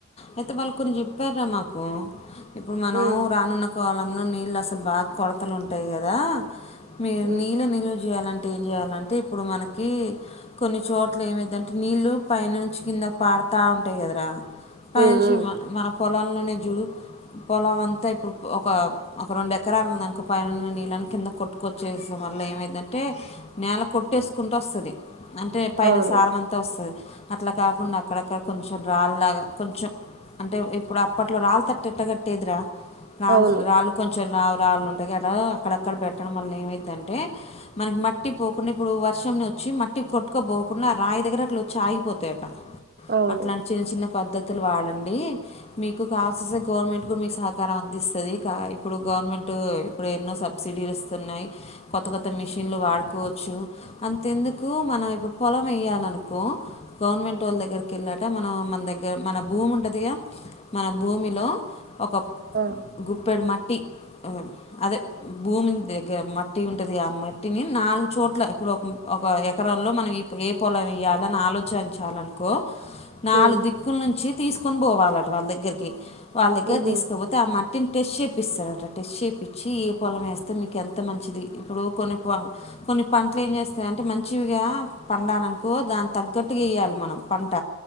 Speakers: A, on the left; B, on the right.
A: అయితే వాళ్ళు కొన్ని చెప్పార రా మాకు ఇప్పుడు మనం
B: ఉమ్
A: రానున్న పొలంలో నీళ్లు అసలు బాగా కొడతలు ఉంటు ంటాయి కదా మీ
B: ఉమ్
A: నీల నీలు చేయాలంటే ఏం చేయాలంటే ఇప్పుడు మనకి కొన్ని చోట్ల ఏమైంది అంటే నీళ్ళు పైన నుంచి కింద పారాతా ఉంటాయి కదరా ఫ్యాన్సీమ్మ
B: ఉమ్ ఉమ్
A: మనకు పొలల్లోనే చూడు పొలం అంతా ఇప్పుడు ఒక ఒక రెండు ఎకరాల ఉందనుకో పైనున్న నీళ్ళని కింద కొట్టుకొచ్చేసం వల్ల ఏమైందంటే నేల కొట్టేసుకుంటూ వస్తది అంటే పైన
B: అవును
A: సారం అంతా వస్తది అట్లా కాకుండా అక్కడక్కడ కొంచెం రాళ్లాగా కొంచెం అంటే ఇప్పుడు అప్పట్లో రాళ్లు తట్టేట్ట కట్టేదిరా నాలు
B: అవును
A: రాళ్ళు కొంచెం చిన్నవి రాళ్లు ఉన్ అటాగే అట్లా అక్కడక్కడ పెట్టడం వల్ల ఏమైంది అంటే మనకి మట్టి పోకుండా ఇప్పుడు వర్షంని వచ్చి మట్టి కొట్టుపోకుండా రాయి దగ్గర అట్లా వచ్చి ఆగిపోతాయట
B: అవును
A: అట్లానే చేసినం పద్ధతులు వాడండి మీకు కావాల్సి వస్తే గవర్నమెంట్ కూడా మీకు సహకారం అందిస్తుంది ఇప్పుడు గవర్నమెంట్ ఇప్పుడు ఎన్నో సబ్సిడీలు ఇస్తున్నాయి కొత్త కొత్త మిషన్లు వాడుకోవచ్చు అంతేందుకు మనం ఇప్పుడు పొలం వేయాలనుకో గవర్నమెంట్ వాళ్ళ దగ్గరికి వెళ్ళట మనం మన దగ్గర మన భూమి ఉంటుందిగా మన భూమిలో ఒక
B: ఆ
A: గుప్పేడు మట్ టి ఈవో అదే భూమిన్ దగ్గర మట్టి ఉంటదిగా. ఆ మట్టిని నాలుగు చోట్ల ఇప్పుడు ఒక ఎకరంలో మనం ఈ ఏ పొలం ఏయాలని ఆలోచించాలనుకో నాలుగు
B: ఉమ్
A: దిక్కుల్ నుంచి తీసుక్ కొన్ బోవాలంట్ వాళ్ళ దగ్గరికి వాళ్ళ దగ్గర
B: ఉహు
A: తీసుకోపోతే ఆ మట్టిని టేషేక్ పిస్తరాట టేస్షేపి చ్చి ఏ పొలం వేస్తే మీకు ఎంత మంచిది. ఇప్పుడు కొన్ని ప కొన్ని పంటలు ఏం చేస్తాయంటే. మంచివిగా పండలనుకో దాని తగ్గట్టుగా ఏయాలి. మనం పంట